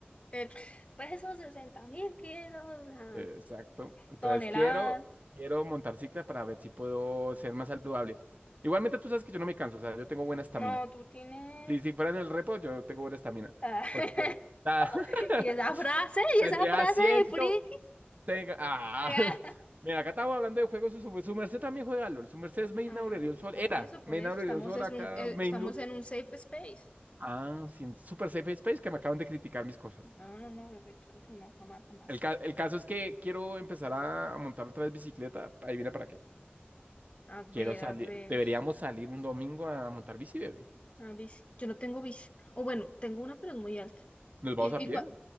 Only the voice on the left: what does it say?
El- pues esos 60 mil kilos, ah,
toneladas.
No, tú tienes.
ah, <laughs>
Y esa frase,
y esa frase
de friki.
<laughs> ya.
Ah, bueno,
por
eso,
por eso,
estamos,
es
un, eh,
estamos
en un safe space.
No, no, no, bebé, claro que no, jamás, jamás.
A ver,
a ver.
Ah, bici. Yo no tengo bici. O bueno, tengo una, pero es muy alta.
Y,
y cua-